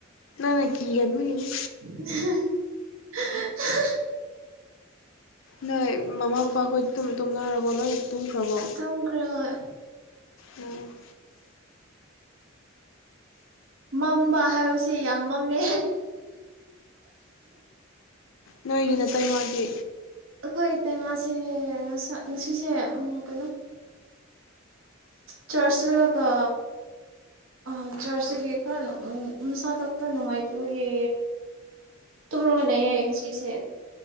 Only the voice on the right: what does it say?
<unintelligible> <unintelligible>
ꯇꯨꯝꯈ꯭ꯔꯦ ꯍꯣꯏ
ꯃꯝꯕ ꯍꯥꯏꯕꯁꯦ ꯌꯥꯝ ꯃꯝꯃꯦ
ꯑꯩꯈꯣꯏ ꯏꯇꯩꯃꯥꯁꯦ ꯉꯅꯨꯡꯁꯤꯁꯦ ꯎ ꯀꯩꯅꯣ ꯆꯔꯆ ꯂꯒ ꯑꯥ ꯆꯥꯔꯆꯇꯒꯤ ꯈꯔ ꯃꯁꯥꯗꯣ ꯈꯔ ꯅꯨꯡꯉꯥꯏꯇꯕꯒꯤ ꯇꯨꯔꯒ ꯂꯩꯌꯦꯡ ꯉꯁꯤꯁꯦ